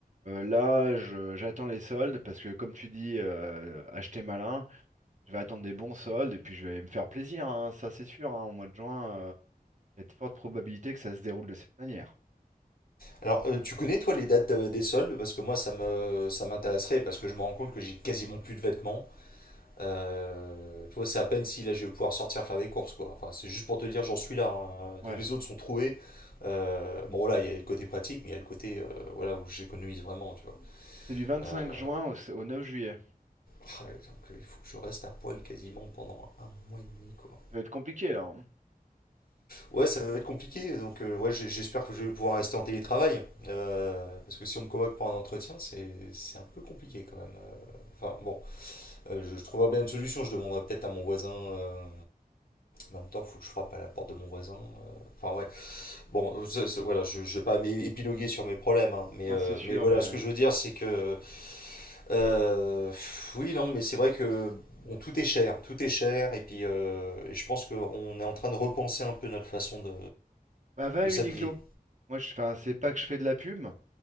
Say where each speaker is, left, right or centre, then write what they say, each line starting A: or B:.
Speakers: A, on the right; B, on the left.
A: euh, là, je- j'attends les soldes parce que comme tu dis, euh, acheter malin, je vais attendre des bons soldes et puis je vais me faire plaisir. hein, ça, c'est sûr. hein. au mois de juin, euh, il y a de fortes probabilités que ça se déroule de cette manière.
B: Alors, euh, tu connais toi les dates euh, des soldes? Parce que moi, ça me, ça m'intéresserait, parce que je me rends compte que j'ai quasiment plus de vêtements. Euh, tu vois, c'est à peine si là je vais pouvoir sortir faire des courses, quoi. Enfin, c'est juste pour te dire, j'en suis là. hein.
A: Ouais.
B: Tous les autres sont troués. Euh, bon, là, il y a le côté pratique, mais il y a le côté euh, voilà, où j'économise vraiment, tu vois.
A: C'est du 25
B: Euh,
A: juin au, s- au 9 juillet. Ça
B: ah, ouais, donc, euh, il faut que je reste à poil quasiment pendant un mois et demi, quoi.
A: va être compliqué là. hein.
B: Ouais, ça va être compliqué. Donc, euh, ouais, j'ai- j'espère que je vais pouvoir rester en télétravail. euh, parce que si on me convoque pour un entretien, c'est c'est un peu compliqué quand même. euh. Enfin, bon, euh, je, je trouverai bien une solution. Je demanderai peut-être à mon voisin. euh, en même temps, il faut que je frappe à la porte de mon voisin. euh, Enfin, ouais. Bon, c'est- c'est- voilà, je, je vais pas m'é- épiloguer sur mes problèmes, hein, mais,
A: Non,
B: euh,
A: c'est sûr,
B: mais voilà,
A: mais
B: ce que je veux dire, c'est que. euh, pff, oui, non, mais c'est vrai que. Bon, tout est cher, tout est cher, et puis euh, et je pense qu'on est en train de repenser un peu notre façon de,
A: Bah va à
B: de s'habiller.
A: Uniqlo. Moi je enfin, c'est pas que je fais de la pub, mais